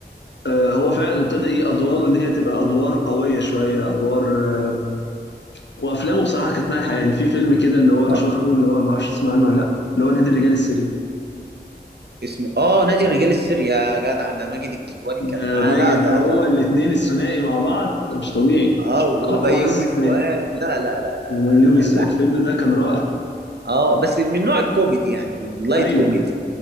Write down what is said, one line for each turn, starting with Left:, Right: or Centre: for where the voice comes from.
Left: آه، هو فعلا ابتدى ايه ادواره ان هي تبقى ادوار قويه شويه ادوار آه، وافلامه بصراحه كانت ناجحه يعني في فيلم كده اللي هو
Right: اه
Left: انا شفته اللي هو ما اعرفش تسمع عنه ولا لا اللي هو نادي الرجال السري
Right: اسمه اه نادي الرجال السري يا جدع ده ماجد الكدواني
Left: ده
Right: كان معاه
Left: ماجد
Right: لا ده
Left: هو
Right: ده
Left: الاثنين الثنائي مع بعض ده مش طبيعي
Right: اه
Left: اقوى
Right: وبيومي
Left: الثنائي
Right: فؤاد لا لا لا لا
Left: ويونس
Right: لا, لا, لا ده
Left: الفيلم ده كان رائع
Right: اه بس من نوع الكوميدي يعني من لايت
Left: ايوه
Right: كوميدي